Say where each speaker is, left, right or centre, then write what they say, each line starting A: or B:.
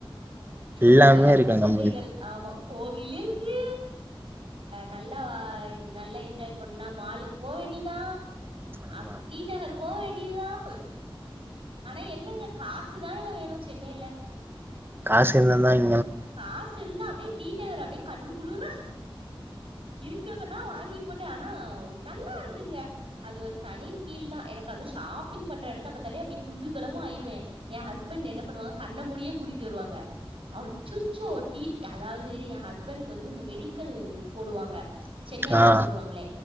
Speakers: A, on the right; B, on the right.
A: எல்லாமே
B: சகல
A: இருக்கு
B: வசதிகள்
A: நம்மளுக்கு
B: ஆமா <unintelligible> வில்லிருக்கு நல்லா நல்லா என்ஜாய் பண்ணா மாலுக்கு போ வேண்டிதான்
A: ஆமா
B: அப்டி டி நகர் போக வேண்டியதான் ஆனா என்னங்க காசுதானங்க வேணும் சென்னையில
A: காசு இருந்த தான்
B: காசு இருந்தா அப்டியே டீநகர் அப்டியே கண் குளிர இருக்கதனா வாங்கி போட்டுன் ஆனா நல்லா இருக்குங்க அது ஒரு தனி ஃபீல் தான் எனக்கு அதுவும் ஷாப்பிங் பண்ற இடத்த பாரத்தாலே அப்படி குதுகலமும் ஆயிருவேன் என் ஹஸ்பண்ட் என்ன பண்ணுவாங்க கண்ண முடி கூட்டிட்டு வருவாங்க அச்சச்சோ டி அதாவது என் ஹஸ்பண்டக்கு வந்து இந்த மெடிக்கல் போடுவாங்க சென்னையில
A: ஆ
B: தான் போடுவாங்களே